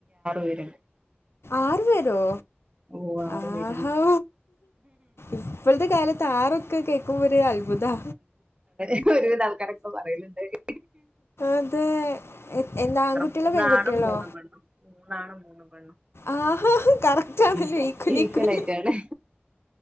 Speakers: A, on the right; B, on the left.
A: പേരുണ്ട്
B: ആറ് പേരോ
A: ഓ ആറു
B: ആഹ്‌
A: പേരുണ്ട്
B: ഹൗ ഇപ്പൾത്തെ കാലത്ത് ആറൊക്കെ കേക്കുമ്പോ ഒര് അത്ഭുതാ
A: ഇവടെ ഒരുവിധാൾക്കാരൊക്കെ പറയല്ണ്ടേ <inaudible>
B: അത് എ എന്താ ആൺകുട്ട്യളോ
A: മൂന്നാണും
B: പെൺകുട്ട്യളോ
A: മൂന്ന് പെണ്ണും മൂന്നാണും മൂന്ന് പെണ്ണും.
B: ആഹാ
A: <inaudible>
B: കറക്റ്റാണല്ലോ ഈക്വൽ
A: വീക്കലായിട്ടാണ്.
B: ഈക്വൽ